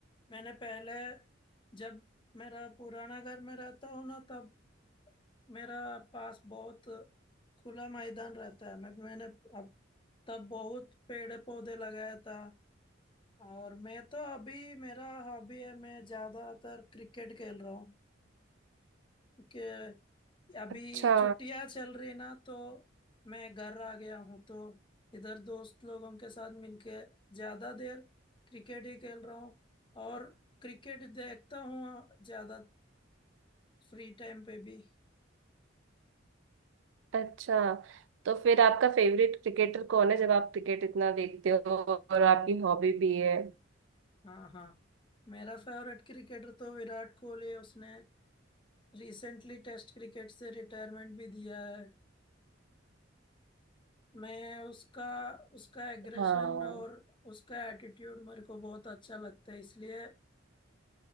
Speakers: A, on the left; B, on the right.
A: मैंने पहले जब मेरा पुराना घर में रहता हूँ ना तब मेरा पास बहुत खुला मैदान रहता है मैं मैंने अब तब बहुत पेड़ पौधे लगाया था और मैं तो अभी मेरा हॉबी है मैं ज्यादातर क्रिकेट खेल रहा हूँ अभी
B: अच्छा
A: छुट्टियां चल रही ना तो मैं घर आ गया हूँ तो इधर दोस्त लोगों के साथ मिलके ज्यादा देर क्रिकेट ही खेल रहा हूँ और क्रिकेट देखता हूँ ज्यादा फ्री टाइम पे भी
B: अच्छा तो फिर आपका फेवरेट क्रिकेटर कौन है जब आप क्रिकेट इतना देखते हो और आपकी हॉबी भी है
A: हाँ हाँ मेरा फेवरेट क्रिकेटर तो विराट कोहली है उसने रिसेंटली टेस्ट क्रिकेट से रिटायरमेंट भी दिया है मैं उसका उसका एग्रेशन
B: हाँ
A: और उसका एटीट्यूड मेरे को बहुत अच्छा लगता है इसलिए